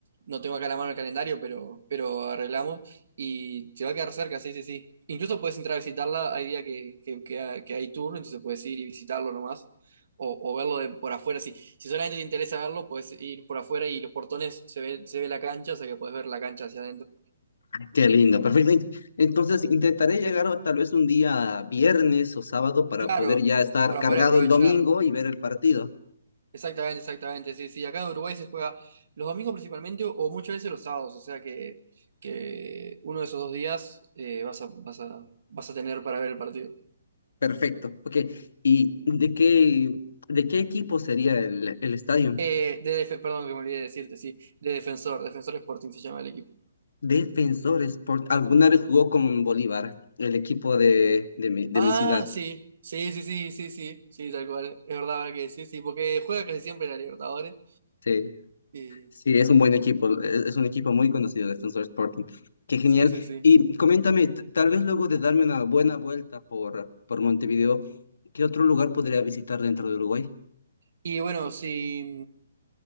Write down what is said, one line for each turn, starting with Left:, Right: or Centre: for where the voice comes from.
Right: no tengo acá a la mano el calendario, pero, pero arreglamos. Y te va a quedar cerca, sí, sí, sí. Incluso puedes entrar a visitarla, hay día que, que, que, ha- que hay tour, entonces puedes ir y visitarlo nomás o, o verlo de- por afuera. Si, si solamente te interesa verlo, puedes ir por afuera y los portones se ve, se ve la cancha, o sea que puedes ver la cancha hacia adentro.
Left: Qué lindo, perfecto. Ent- Entonces intentaré llegar o tal vez un día viernes o sábado para
Right: Claro,
Left: poder ya estar
Right: para
Left: cargado
Right: poder aprovechar.
Left: el domingo y ver el partido.
Right: Exactamente, exactamente. Sí, sí, acá en Uruguay se juega los domingos principalmente o muchas veces los sábados, o sea que, que uno de esos dos días eh, vas a, vas a, vas a tener para ver el partido.
Left: Perfecto, ok. ¿Y de qué, de qué equipo sería el, el estadio?
Right: Eh, de def- perdón que me olvidé de decirte, sí, de Defensor, Defensor Sporting se llama el equipo.
Left: Defensor Sport. ¿Alguna vez jugó con Bolívar, el equipo de, de mi, de
Right: Ah,
Left: mi ciudad?
Right: sí, sí, sí, sí, sí, sí, sí, tal cual, es verdad ahora que sí, sí, porque juega casi siempre la Libertadores.
Left: Sí,
Right: Y,
Left: sí, es un buen
Right: sí,
Left: equipo, es es un equipo muy conocido, Defensor Sporting. Qué genial.
Right: sí, sí. sí.
Left: Y coméntame, t- tal vez luego de darme una buena vuelta por, por Montevideo, ¿qué otro lugar podría visitar dentro de Uruguay?
Right: Y bueno, sí.